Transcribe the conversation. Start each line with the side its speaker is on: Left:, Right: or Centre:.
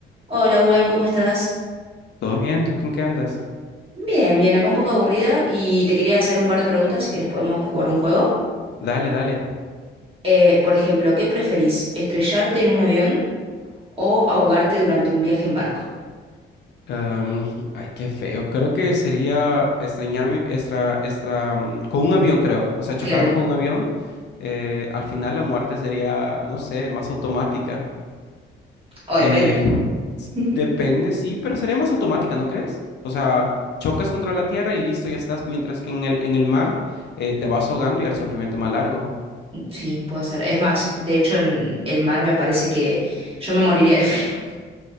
Right: Hola, Gwen, ¿cómo estás?
Left: Todo bien, ¿tú en qué andas?
Right: Bien, bien, acá un poco aburrida y te quería hacer un par de preguntas, si quieres, podemos jugar un juego.
Left: Dale, dale.
Right: Eh, por ejemplo, ¿qué preferís? ¿Estrellarte en un avión o ahogarte durante un viaje en barco?
Left: Am, ay, qué feo. Creo que sería extrañarme extra, extra, mm, con un avión, creo. O sea, chocarme
Right: Claro,
Left: con un avión. eh, al final la muerte sería, no sé, más automática.
Right: o depende.
Left: Eh, s-
Right: <laughs>
Left: depende, sí, pero sería más automática, ¿no crees? O sea, chocas contra la tierra y listo, ya estás. Mientras que en el, en el mar eh, te vas ahogando y el sufrimiento es más largo.
Right: Sí, puede ser. Es más, de hecho en el mar me parece que yo me moriría de <laughs> frío.